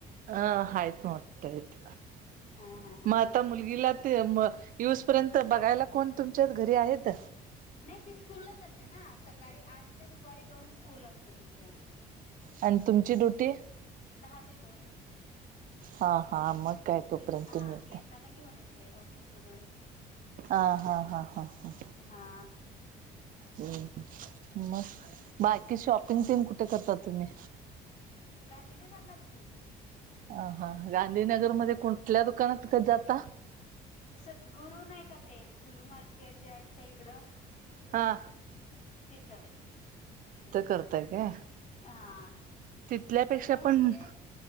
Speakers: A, on the right (about 55°); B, on the left (about 45°).
A: अ हाईत मोटी हाईत
B: हा हा हा
A: मं आता
B: हा
A: मुल गिला ते मं येऊस पर्यंत बघायला कोण तुमच्यात घरी आहेत.
B: नाय ती स्कूलला जाते ना सकाळी आठ ते दुपारी दोन स्कूल असत तिचं
A: आणि तुमची ड्युटी
B: दहा ते दोन
A: हा हा मग काय
B: मी
A: तोपर्यंत
B: हा
A: तुम्ही आता
B: मी येताना घेऊन येते ऑफिसमधून
A: आ हा हा हा हा.
B: हा
A: अहम्मं मग बाकी शॉपिंग तेनं कुठ करता तुम्ही
B: गांधी नगरलाच की,
A: अ हा गांधीनगरमध्ये कुठल्या दुकानात कं जाता
B: सद्गुरु नाय का ते गुरु मार्केट या च्या इकड
A: हां
B: तिथं
A: करताय काय
B: हा
A: तिथल्यापेक्षा
B: तस
A: पण
B: म्हणजे